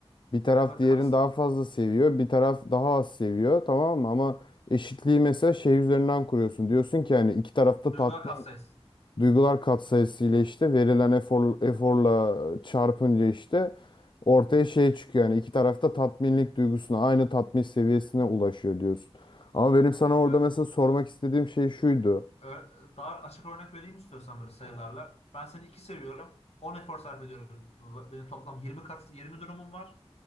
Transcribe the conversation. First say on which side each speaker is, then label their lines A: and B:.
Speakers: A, on the left (about 50°); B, on the left (about 80°).
A: Bir taraf
B: Evet
A: diğerini
B: kat
A: daha fazla seviyor. Bir taraf daha az seviyor. Tamam mı? Ama eşitliği mesela şey üzerinden kuruyorsun. Diyorsun ki yani iki tarafta
B: duygular
A: tatmin
B: katsayısı.
A: duygular katsayısı ile işte verilen efor, eforla çarpınca işte ortaya şey çıkıyor. Yani iki tarafta tatminlik duygusuna aynı tatmin seviyesine ulaşıyor diyorsun. Ama benim sana orada
B: Ö-
A: mesela sormak istediğim şey şuydu.
B: ö- daha açık örnek vereyim istiyorsan böyle sayılarla. Ben seni 2 seviyorum. on efor sarf ediyorum. Benim toplam 20 kat 20 durumum var.